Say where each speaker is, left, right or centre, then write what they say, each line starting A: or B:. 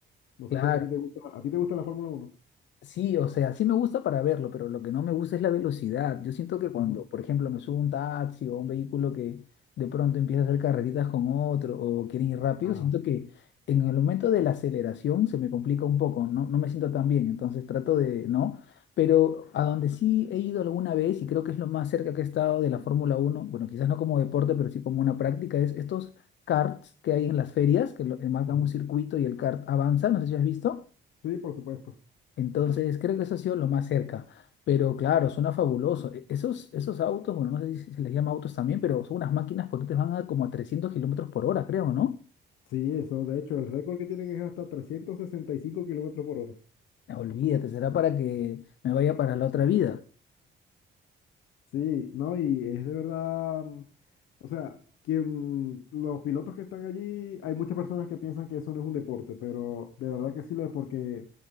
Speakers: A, on the left; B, on the left.
A: No sé
B: Claro.
A: si a ti te gusta, ¿a ti te gusta la Fórmula Uno.
B: Sí, o sea, sí me gusta para verlo, pero lo que no me gusta es la velocidad. Yo siento que cuando,
A: Ujú.
B: por ejemplo, me subo a un taxi o a un vehículo que de pronto empieza a hacer carreritas con otro o quieren ir rápido,
A: Ah,
B: siento que en el momento de la aceleración se me complica un poco, no, no me siento tan bien, entonces trato de, ¿no? Pero a donde sí he ido alguna vez y creo que es lo más cerca que he estado de la Fórmula uno bueno, quizás no como deporte, pero sí como una práctica, es estos karts que hay en las ferias, que lo- enmarcan
A: ujú.
B: un circuito y el kart avanza, no sé si has visto.
A: Sí, por supuesto.
B: Entonces, creo que eso ha sido lo más cerca. Pero claro, suena fabuloso. E- Esos, esos autos, bueno, no sé si se les llama autos también, pero son unas máquinas potentes, van a como a 300 kilómetros por hora, creo, ¿no?
A: Sí, eso, de hecho, el récord que tienen es hasta 365 kilómetros por hora.
B: Ah, Olvídate, será para que me vaya para la otra vida.
A: Sí, no, y es de verdad, mm, o sea, quien, los pilotos que están allí, hay muchas personas que piensan que eso no es un deporte, pero de verdad que sí lo es porque